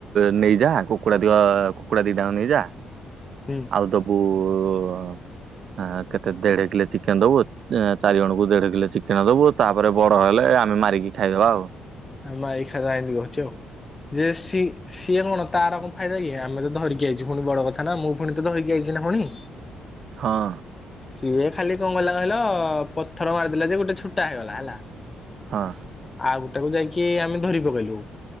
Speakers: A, on the right; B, on the left.
A: ନେଇଯା କୁକୁଡ଼ା ଦ କୁକୁଡ଼ା ଦିଇଟା ନେଇଯା।
B: ହୁଁ।
A: ଆଉ ଦେବୁ ଉ ଆଁ କେତେ ଦେଢ କିଲେ ଚିକେନ ଦବୁ ଚାରି ଜଣଙ୍କୁ ଦେଢ କିଲେ ଚିକେନ ଦବୁ ତାପରେ ବଡ ହେଲେ ଆମେ ମାରିକି ଖାଇଦବା ଆଉ।
B: ଆ ମାରି ଖାଇଦେବା ଏମିତି କହୁଛି ଆଉ ଯେ ସିଏ ସିଏ କଣ ତାର କ ଫାଇଦା କି ଆମେ ତ ଧରିକି ଆଇଚୁ ଫୁଣି ବଡ କଥା ନା ମୁଁ ଫୁଣି ତ ଧରିକି ଆଇଛିନା ଫୁଣି।
A: ହଁ।
B: ସିଏ ଖାଲି କଣ କହିଲା କହିଲ ପଥର ମାରିଦେଲା ଯେ ଗୋଟେ ଛୋଟା ହେଇଗଲା ହେଲା।
A: ହଁ।
B: ଆଉ ଗୋଟାକୁ ଯାଇକି ଆମେ ଧରି ପକେଇଲୁ।